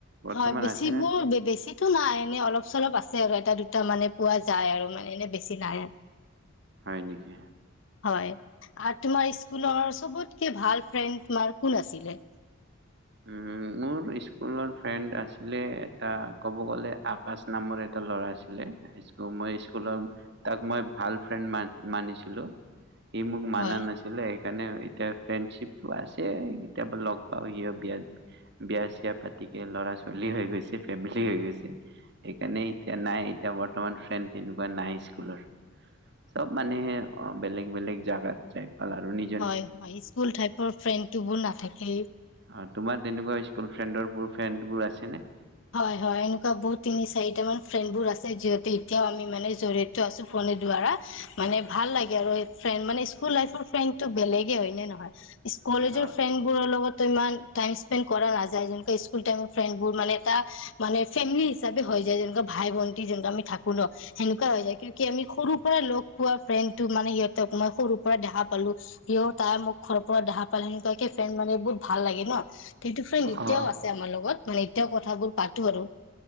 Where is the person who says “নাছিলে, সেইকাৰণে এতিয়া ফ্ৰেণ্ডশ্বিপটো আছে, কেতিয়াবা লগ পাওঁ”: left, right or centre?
Right